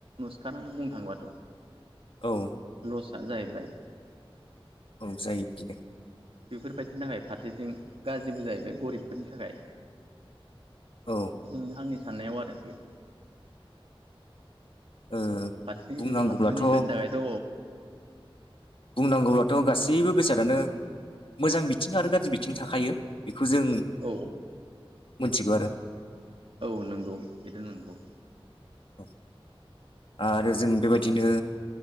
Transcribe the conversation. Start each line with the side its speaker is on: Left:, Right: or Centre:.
Right: नुसखनानै बुंनो थांबाथ'
Left: औ
Right: लसा जाहैबाय
Left: औ जायो बिदिनो
Right: बेफोरबायदिनि थाखाय फारसेथिं गाज्रिबो जाहैबाय गरिबफोरनि थाखाय
Left: औ
Right: उम आंनि साननायाव आरो बे
Left: ओ
Right: फारसेथिं
Left: बुंनांगौब्लाथ'
Right: जेनेबा धोनिफोरनि थाखायथ'
Left: बुंनांगौब्लाथ' गासैबो बेसादानो मोजां बिथिं आरो गाज्रि बिथिं थाखायो। बेखौ जों
Right: औ
Left: मिथिगौ आरो
Right: औ नंगौ बेथ नंगौ
Left: औ आरो जों बेबायदिनो